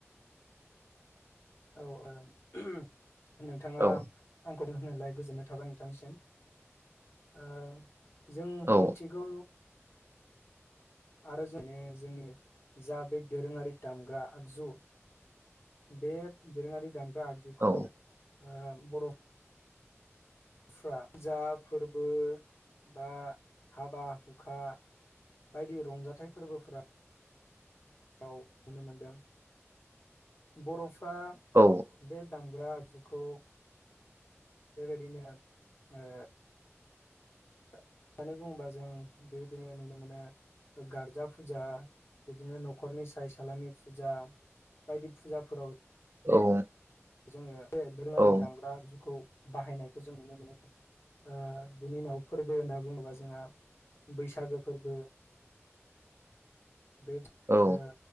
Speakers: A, on the left; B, on the right.
A: औ ओं नोंथाङा
B: औ
A: आं खौ होनायलाय गोजोननाय थाबाय नोंथांसिम ओ जों
B: औ
A: मोनथिगौ आरो जों माने जोंनि जा बे दोरोङारि दामग्रा आगजु बे दोरोंआरि दाम ग्रा आगजुखौ
B: औ
A: ओ बर फोरा जा फोरर्बो बा हाबा हुखा बायदि रंजाथाइ फोरर्बोफोरा आव नुनो मोनदों बर फ्रा
B: औ
A: बे दामग्रा आगजुखौ ओ बेबायदिनो ओ होननानै बुङोबा जों बेबायदिनो नुनो मोनो गार्जा फुजा बिदिनो नखरनि साय सालामि फुजा बायदि फुजाफोराव
B: औ
A: जोङो बे दोरोङारि
B: औ
A: दामग्रा आगजुखौ बाहायनायखौ जों नुनो मोनो ओ बिनि उनाव फोरर्बो होनना बुङोबा जोङा बैसागो फोरर्बो बे
B: औ
A: ओ